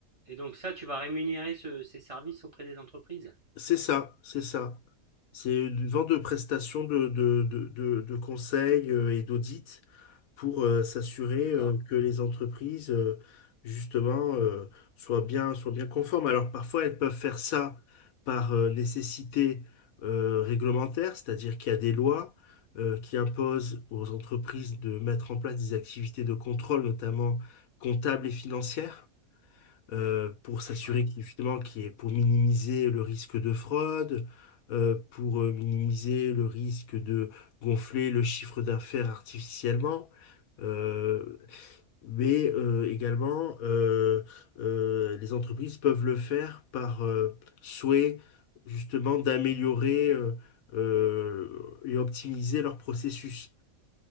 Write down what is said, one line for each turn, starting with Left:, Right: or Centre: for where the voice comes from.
Right: et donc ça, tu vas rémunérer ce- ces services auprès des entreprises,
Left: C'est ça, c'est ça. C'est une vente de prestations de, de, de, de, de conseils euh, et d'audits pour euh, s'assurer
Right: d'accord?
Left: euh, que les entreprises, euh, justement, euh, soient bien, soient bien conformes. Alors parfois, elles peuvent faire ça par euh, nécessité euh, réglementaire, c'est-à-dire qu'il y a des lois euh, qui imposent aux entreprises de mettre en place des activités de contrôle, notamment comptables et financières euh, pour s'assurer
Right: Ouais,
Left: qu'il justement qu'il y ait- pour minimiser le risque de fraude, euh, pour euh, minimiser le risque de gonfler le chiffre d'affaires artificiellement. Euh, mais euh, également, euh, euh, les entreprises peuvent le faire par euh, souhait justement d'améliorer euh, euh, et optimiser leur processus